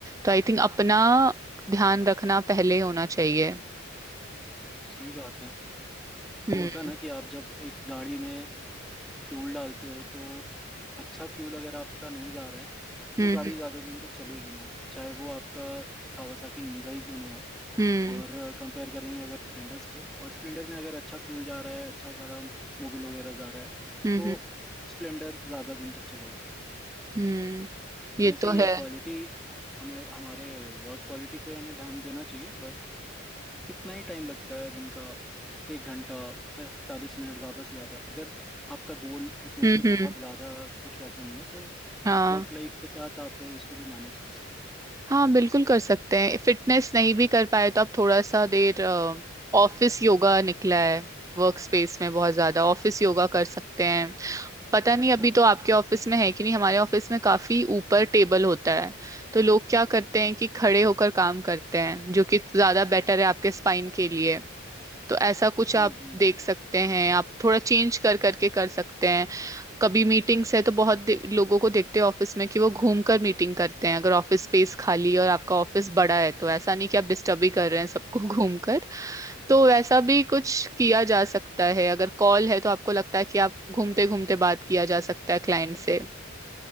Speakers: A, on the right; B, in the centre.
A: तो आई थिंक अपना ध्यान रखना पहले होना चाहिए
B: सही बात है
A: हम्म
B: वो होता है ना कि आप जब एक गाड़ी में फ्यूल डालते हो तो अच्छा फ्यूल अगर आपका नहीं जा रहा है तो
A: हम्म
B: वो गाड़ी ज़्यादा दिन तक चलेगी नहीं चाहे वो आपका कावासाकी निंजा ही क्यों ना हो
A: हम्म
B: और कंपेयर करेंगे अगर स्प्लेंडर से और स्प्लेंडर में अगर अच्छा फ्यूल जा रहा है अच्छा सारा मोबिल वगैरह जा रहा है
A: हम्म
B: तो
A: हम्म
B: स्प्लेंडर ज़्यादा दिन तक चलेगा
A: हम्म। ये
B: वैसे
A: तो
B: ही है
A: है
B: क्वालिटी हमें हमारे वर्क क्वालिटी पे हमें ध्यान देना चाहिए बट कितना ही टाइम लगता है दिन का एक घंटा पैंतालीस मिनट ज़्यादा से ज़्यादा अगर आपका गोल फिटनेस
A: हम्म
B: पे
A: हम्म
B: बहुत ज़्यादा कुछ वैसा नहीं है तो
A: हाँ
B: वर्क लाइफ के साथ आप इसको भी मैनेज कर सकते हो
A: हाँ बिल्कुल कर सकते हैं फिटनेस नहीं भी कर पाए तो आप थोड़ा सा देर ऑफिस योगा निकला है वर्क स्पेस में बहुत ज्यादा ऑफिस योगा कर सकते हैं पता नहीं
B: अच्छा
A: अभी तो आपके ऑफिस में है कि नहीं हमारे ऑफिस में काफी ऊपर टेबल होता है तो लोग क्या करते हैं कि खड़े होकर काम करते हैं जो कि ज्यादा बेटर है आपके स्पाइन के लिए तो ऐसा कुछ
B: हम्म
A: आप देख सकते हैं आप थोड़ा चेंज कर करके कर सकते हैं कभी मीटिंग्स है तो बहुत दे- लोगों को देखते हैं ऑफिस में कि वो घूम कर मीटिंग करते हैं अगर ऑफिस स्पेस खाली है और आपका ऑफिस बड़ा है तो ऐसा नहीं कि आप डिस्टर्ब ही कर रहे हैं सबको <laughs> घूम कर, तो वैसा भी
B: हम्म
A: कुछ किया जा सकता है अगर कॉल है तो आपको लगता है कि आप घूमते घूमते बात किया जा सकता है क्लाइंट से